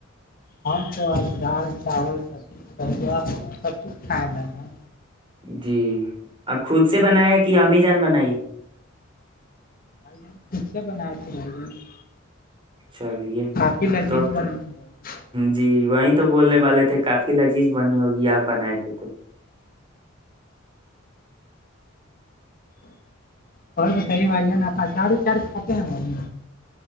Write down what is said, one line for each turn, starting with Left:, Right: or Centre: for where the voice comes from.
Left: ہم تو آج دال چاول سبزی تیا سب چز کھائےیں بھائی <unintelligible>
Right: جی آپ خود سے بنائے کہ امی جان بنائی ہے
Left: بھائی جان خب سے بنایا تھے بھائی جان <unintelligible>
Right: چلیے
Left: کافی لذیذ
Right: تب
Left: بنی
Right: تو
Left: تھی بھائی جان
Right: جی وہیں تو بولنے والے تھے کافی لذیذ بنی ہوگی آپ بنائے تھے تو
Left: اور تو صحی بھائی ہے نا چار چار کھاتے ہیں